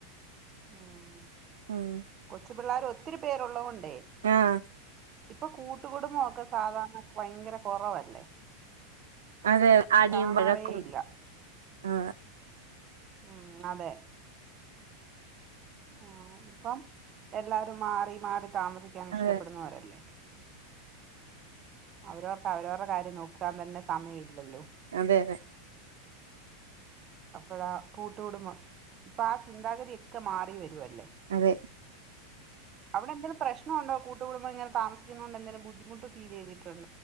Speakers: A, on the right; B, on the right.
A: ആഹ്
B: ആഹ്
A: കൊച്ചു പിള്ളാര് ഒത്തിരി പേരുള്ളോണ്ടേ
B: ആഹ്
A: ഇപ്പൊ കൂട്ടുകുടുംബമൊക്കെ സാധാരണ ഭയങ്കര കൊറവല്ലേ
B: അതെ അടിയും
A: കാണാറേ
B: വഴക്കും
A: ഇല്ല
B: ആഹ്
A: ഉം അതെ ആഹ് ഇപ്പം എല്ലാരും മാറി മാറി താമസിയ്ക്കാൻ ഇഷ്ടപ്പെടുന്നവരല്ലേ
B: അതെ
A: അവരോർക്ക് അവരവര്ടെ കാര്യം നോക്കാൻ തന്നെ സമയില്ലല്ലോ
B: അതെ അതെ
A: അപ്പഴാ കൂട്ടുകൂടുംമ്പം ഇപ്പൊ ആഹ് ചിന്താഗതിയൊക്കെ മാറി വരുവല്ലേ
B: അതെ
A: അവിടെന്തേലും പ്രശ്ണൊണ്ടോ കൂട്ടുകടുംബം ഇങ്ങനെ താമസിക്കുന്നോണ്ടെന്തേലും ബുദ്ധിമുട്ട് ഫീലെയ്തിട്ട്